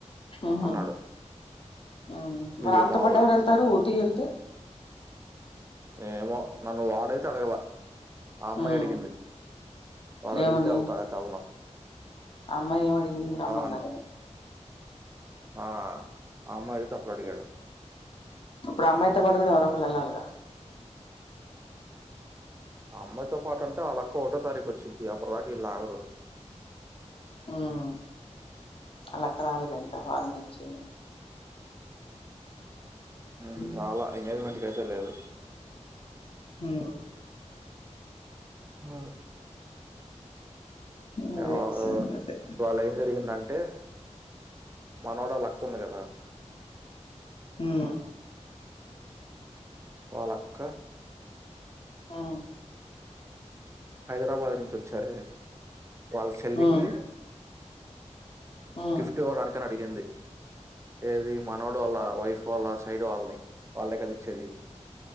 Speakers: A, on the left; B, on the right.
A: ఊహు
B: అన్నాడు
A: మ్మ్
B: వీడు
A: వరాన్త
B: మావోడు
A: పాటు ఎవరెళ్తారు ఊటీ ఎళ్తే
B: ఏమో నన్ను వాడైతే అడగల ఆ అమ్మాయి
A: ఉమ్,
B: అడిగింది వాడు అడిగితే
A: ఏమని
B: వెళ్తా లేతే ఎళ్ళ్ను
A: ఆ అమ్మాయి ఏమడిగింది రమ్మందానే
B: అని ఆ ఆ అమ్మాయడిగితే అప్పు అడిగాడు
A: ఇప్పుడు ఆ అమ్మాయితో పాటు గుడ ఎవరో ఒక్కళ్ళెలిగా
B: ఆ అమ్మాయితో పాటంటే ఆళ్ళక్క ఒకటో తారీఖు వచ్చిది అప్పటిదాకా వీళ్ళు ఆగరు.
A: ఉమ్ ఆళ్ళక్క రాలేదా ఇంకా ఫారెన్ నుంచి
B: ఊహు
A: ఉమ్,
B: రాల ఎంగేజ్మెంట్కు అయితే లేదు
A: మ్మ్
B: ఆ
A: అదే
B: ఎవరు
A: సంగతి
B: ఇవాళ్ళ ఏం జరిగిందంటే మనోడోళ్లత్తుంది గదా
A: మ్మ్
B: వాలక్క
A: ఆ
B: హైదరాబాద్ నుంచి వచ్చారే వాళ్ చెల్లికి
A: ఉమ్ ఉమ్
B: గిఫ్ట్ ఇవ్వడానికని అడిగింది ఏది మనోడోళ్ళ వైఫ్ వాళ్ళ సైడ్ వాళ్ళని వాళ్లే కద ఇచ్చేది